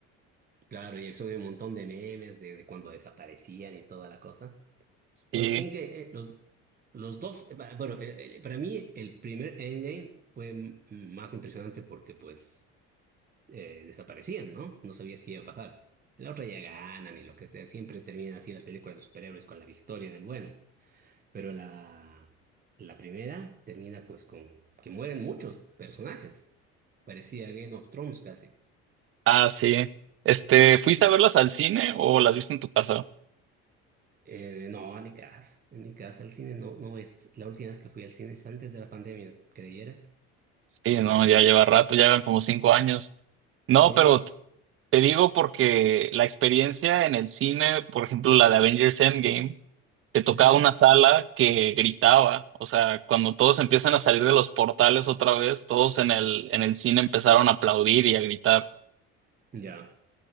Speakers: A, on the right (about 30°); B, on the right (about 45°).
A: Claro, y eso de un montón de memes de, de cuando desaparecían y toda la cosa.
B: Sí,
A: Bueno, Endgame, eh, los, los dos, eh, para- bueno, eh, eh, para mí el primer Endgame fue m- más impresionante porque pues eh, desaparecían, ¿no? No sabías qué iba a pasar. La otra ya ganan y lo que sea, siempre terminan así las películas de superhéroes con la victoria del bueno. Pero la, la primera termina pues con que mueren muchos personajes. Parecía Game of Thrones casi.
B: ah, sí. Este, ¿fuiste a verlas al cine o las viste en tu casa?
A: Eh, no, en mi casa, en mi casa al cine no, no es, la última vez que fui al cine es antes de la pandemia, ¿creyeras?
B: Sí, no, ya lleva rato, ya llevan como 5 años. No,
A: Sí.
B: pero Te digo porque la experiencia en el cine, por ejemplo, la de Avengers Endgame, te tocaba
A: Ujú.
B: una sala que gritaba. O sea, cuando todos empiezan a salir de los portales otra vez, todos en el, en el cine empezaron a aplaudir y a gritar.
A: Ya,